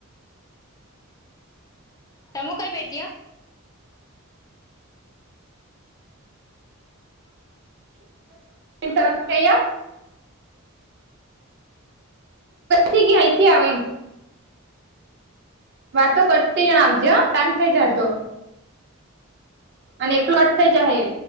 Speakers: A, on the left (about 15°); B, on the right (about 55°).
A: તમ કઈ બેતીય
B: તિન તરફ કહીયા થી ગયા અહીં થી આવે એમ વાતો કરતી જણ આવજે કમ થઇ જાય તો અને એક કલોટ થઈ જાય